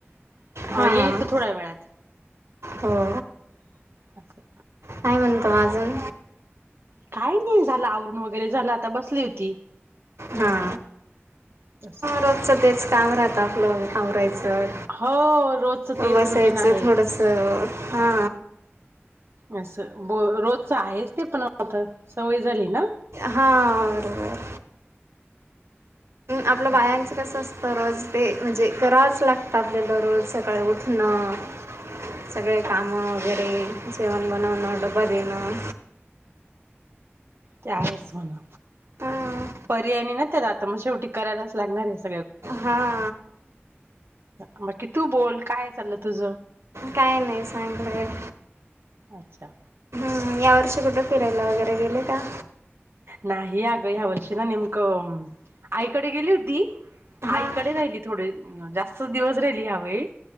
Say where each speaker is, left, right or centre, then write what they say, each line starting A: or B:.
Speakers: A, on the right (about 60°); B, on the right (about 85°).
A: हो
B: हां
A: येईल तर थोड्या वेळात
B: हो
A: असं
B: काय म्हणतो माजून
A: काय नाही झालं आवरण वगैरे झालं आता बसली होती
B: हा
A: असं
B: रोजच तेच काम राहतं आपलं आवरायचं
A: हो रोजच तेच
B: बसायचं
A: रुटीन आहे
B: थोडस हा
A: असं ब रोजच आहेच ते पण आता सवय झाली ना
B: हा बरोबर आपलं बायांचं
A: असं
B: कसं असतं रोज ते म्हणजे करावंच लागतं आपल्याला रोज सकाळी उठणं सगळे कामं -वगैरे. जेवण बनवणं, डब्बा देणं.
A: ते आहेच म्हणा.
B: हां
A: पर्यायने ना त्याला आता, मग शेवटी करायलाच लागणार आहेस.
B: हा.
A: बाकी तू बोल, काय चाललं तुझ?
B: काय नाही सांगता येत
A: अच्छा.
B: ह यावर्षी कुठे फिरायला वगैरे गेले का?
A: नाही. अगं ह्या वर्षी ना, नेमकं आईकडे गेली होती,
B: हां
A: आईकडे राहिली थोडे, जास्त दिवस राहिली ह्यावेेळी.